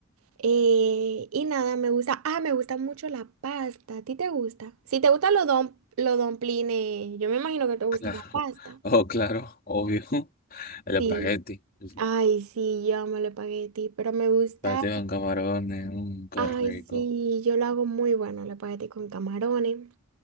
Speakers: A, on the right; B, on the left.
A: Eh, y nada, me gusta. Ah, me gusta mucho la pasta. ¿A ti te gusta? Si te gustan los don, los domplines, yo me imagino que te gusta
B: Claro.
A: la
B: <laughs>
A: pasta.
B: Oh, claro, obvio. <laughs> El espagueti.
A: Sí.
B: El
A: Ay, sí, yo amo el espagueti, pero me gusta.
B: espagueti con camarones, un qué
A: Ay,
B: rico.
A: sí, yo lo hago muy bueno, el espagueti con camarones.